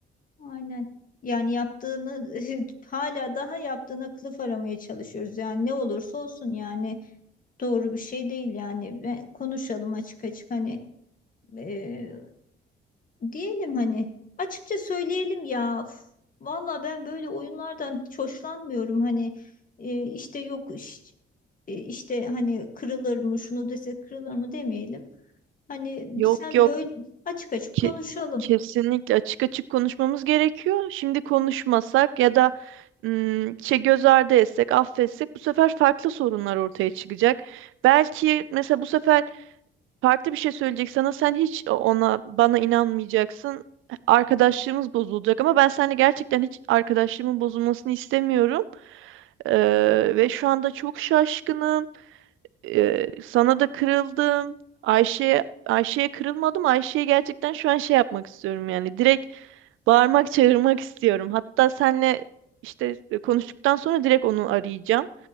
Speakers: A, on the left (about 45°); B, on the right (about 85°).
A: aynen. Yani yaptığını <laughs> hala daha yaptığına kılıf aramaya çalışıyoruz. Yani ne olursa olsun yani doğru bir şey değil yani. Ben, konuşalım açık açık hani e, diyelim hani açıkça söyleyelim ya. Uf, Vallahi ben böyle oyunlardan hiç hoşlanmıyorum. Hani e, işte yok iş- e, işte hani kırılır mı şunu dese kırılır mı demeyelim. Hani
B: Yok
A: sen
B: yok
A: böyle açık açık
B: ki,
A: konuşalım.
B: kesinlikle açık açık konuşmamız gerekiyor. Şimdi konuşmasak ya da ım, şey göz ardı etsek, affetsek bu sefer farklı sorunlar ortaya çıkacak. Belki mesela bu sefer farklı bir şey söyleyecek sana. Sen hiç ona bana inanmayacaksın. Arkadaşlığımız bozulacak ama ben seninle gerçekten hiç arkadaşlığımın bozulmasını istemiyorum. Ee, ve şu anda çok şaşkınım. Ee, sana da kırıldım. Ayşe'ye Ayşe'ye kırılmadım. Ayşe'ye gerçekten şu an şey yapmak istiyorum yani. Direkt bağırmak, çağırmak istiyorum. Hatta senle işte e, konuştuktan sonra direkt onu arayacağım.